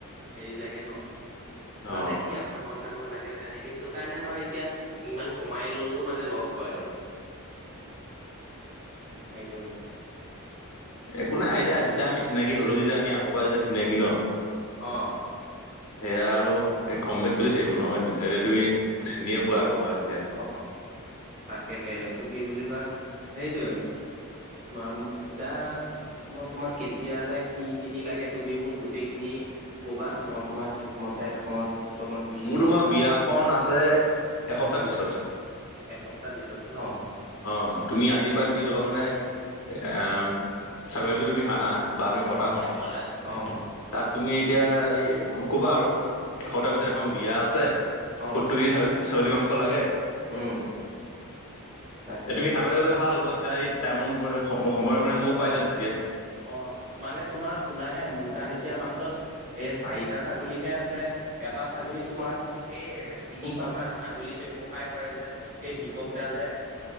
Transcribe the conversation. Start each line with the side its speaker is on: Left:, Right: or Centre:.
Right: হেৰি লাগে ন
Left: অ
Right: মানে কি ভাগৰ চাগৰ লাগে তেনেকে সেইটো কাৰণে ধৰ এতিয়া ইমান কমাই ললেও মানে লচ হয় আৰু
Left: <unintelligible>
Right: সেইটোৱে
Left: একো
Right: তোমাৰ
Left: নাই আইজা যেতিয়া আমি চিনাকি হলোঁ যেতিয়া আমি আগৰ পৰা যেতিয়া চিনাকি ন
Right: অঁ
Left: এয়া আৰু কম বেচ চলি থাকিব ন হয় নহয় এতিয়া তুমি মোক চিনিয়ে পোৱা আগৰবাৰ
Right: অ তাকে এটো কি বুলি কয় সেইটোয়ে মাৰ্ম দা মই তোমাক কেতিয়ালে কি খিনি লাগে তুমি মোক গোটেই খিনি কবা মই তোমাক সেই মতে মই তোমাক দি
Left: মোৰ
Right: দিম
Left: তোমাৰ বিয়াখন আছে এসপ্তাহ পিছত
Right: এসপ্তাহ পিছত ন।
Left: অহ তুমি আজিৰ পৰা তুমি যাবা মানে এ ছাগলিটো তুমি আনা বা তুমি কটা
Right: অ মানে অ
Left: তাত তুমি এতিয়া এই ক'বা আৰু এসপ্তাহ পিছত খম বিয়া আছে
Right: অ
Left: সুতটোগি ছাগ ছাগলী মাংস লাগে
Right: উম তাকে
Left: এ তুমি আগতে গ'লে ভাল হ'ব। এতিয়া এই টাইমৰ সময়ৰ মতে ময়ও পাই যাম তেতিয়া।
Right: অ' মানে তোমাৰ শুনাহে, মোৰ তাত এতিয়া মাত্ৰ এ চাৰিটা ছাগলীহে আছে। এটা ছাগলী তোমাৰ এই চিনি পাবা ছাগলী ব্যৱসায় কৰে যে এই দীপক। <unintelligible>